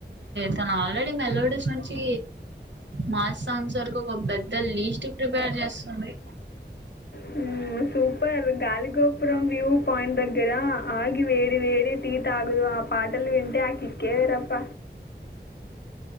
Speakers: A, on the right; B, on the left.
A: తను ఆల్రెడీ మెలోడీస్ నుంచి మాస్ సాంగ్స్ వరకు ఒక పెద్ద లీస్ట్ ప్రిపేర్ చేస్తుంది
B: మ్మ్. సూపర్ గాలిగోపురం వ్యూ పాయింట్ దగ్గరా ఆగి వేడి వేడి టీ తగుదు ఆ పాటల్ వెంటే ఆకి ఇక్కేవరప్ప